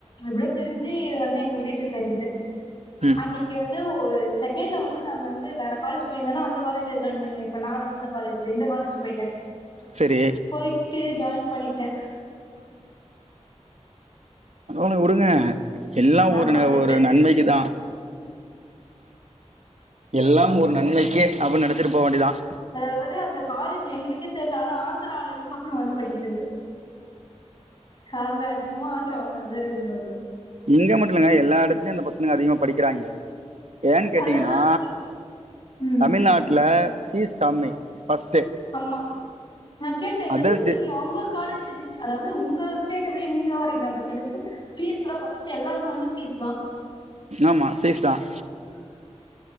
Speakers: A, on the left (about 40°); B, on the right (about 70°).
A: எப்படியோ தெரிஞ்சு வந்து எங்க வீட்டுக்கு தெரிஞ்சுது
B: ம்
A: அன்னைக்கு வந்து ஒரு ஒரு செகண்ட்ல வந்து நான் வந்து வேற காலேஜ்யிருந்தோ அந்த காலேஜ்ல ஜாயின் பண்ணேன் இப்ப நான் வச்சிருந்த காலேஜ்ல இந்த காலேஜ்போயிட்டேன்
B: சரி
A: போயிட்டு ஜாயின் பண்ணிட்டேன்
B: அத விடுங்க எல்லாம்
A: நான்
B: ஒரு
A: பண்றது
B: ஒரு நன்மைக்குதான் எல்லாம் ஒரு நன்மைக்குே அப்படினு நனச்சிட்டு போ வேண்டிதான்
A: அதாவது அந்த காலேஜ் எங்களுக்கே தெர்ல ஆனா ஆந்திரில இருந்து பசங்க வந்து படிக்குதுங்க அங்க அதிகமா ஆந்திரா பசங்க தான் இருக்குதுங்க உள்ள
B: இங்க மட்டும் இல்லங்க எல்லா இடத்துலயும் இந்த பசங்க அதிகமா படிக்கிறாங்க ஏன்னு கேட்டீங்கன்னா
A: அதான் நான் கே- ம்,
B: தமிழ்நாட்டுல பீஸ் கம்மி ஃபஸ்ட்டு
A: ஆமா நான் கேட்டேன்
B: அதர்ஸ்
A: எதுக்கு
B: டி
A: நீங்க உங்க காலேஜ் அதாவது உங்க ஸ்டேட் எப்படி எங்க வரீங்க அப்படி கேட்டதுக்கு பீஸ் தான் எல்லாரரும் பஸ்ட் பீஸ் தான்
B: ஆமா பீஸ் தான்
A: ஆஹ